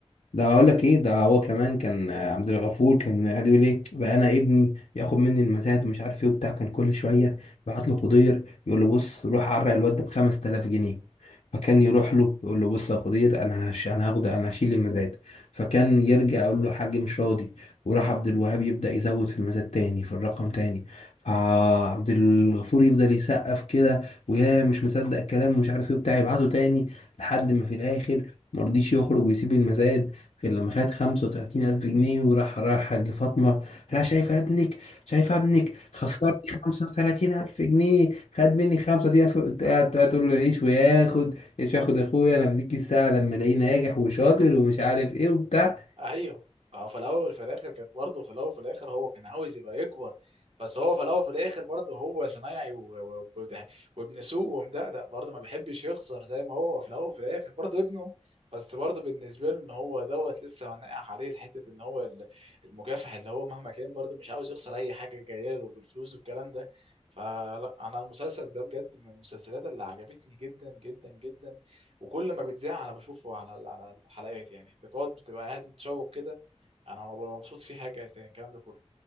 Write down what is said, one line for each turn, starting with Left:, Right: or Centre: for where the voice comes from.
Left: ده اقول لك ايه ده هو كمان كان آه، عبد الغفور كان قاعد يقول ايه بقى انا ابني ياخد مني المزاد ومش عارف ايه وبتاع كان كل شويه يبعت له خضير يقول له بص روح عرق الواد ده ب 5000 جنيه فكان يروح له يقول له بص يا خضير انا هش انا هاخد انا هشيل المزاد فكان يرجع يقول له حاج مش راضي وراح عبد الوهاب يبدا يزود في المزاد تاني في الرقم تاني فعبد الغفور يفضل يسقف كده ويا مش مصدق الكلام ومش عارف ايه وبتاع يبعته تاني لحد ما في الاخر مرضيش يخرج ويسيب المزاد غير لما خد خمسة وتلاتين ألف جنيه وراح راح لفاطمة لا شايفة ابنك شايفة ابنك خسرت خمسة وتلاتين ألف جنيه خد مني خمسة وتلاتين ألف قاعد تقول له عيش وياخد عيش وياخد يا أخويا أنا في ديك الساعة لما ألاقيه ناجح وشاطر ومش عارف إيه وبتاع
Right: ايوه اه في الاول في الاخر كانت برضه في الاول في الاخر هو كان عاوز يبقى يكبر بس هو في الاول في الاخر برضه هو صنايعي و... و... وده- وابن سوق ومدقدق برضه ما بيحبش يخسر زي ما هو في الاول في الاخر برضه ابنه بس برضه بالنسبه له ان هو دوت لسه منقح عليه حته ان هو ال- المكافح اللي هو مهما كان برضه مش عاوز يخسر اي حاجه جايه له بالفلوس والكلام ده فلا انا المسلسل ده بجد من المسلسلات اللي عجبتني جدا جدا جدا وكل ما بيتذاع انا بشوفه على على الحلقات يعني انت بتقعد بتبقى قاعد متشوق كده انا ما ببقى مبسوط في حاجه تاني الكلام ده كله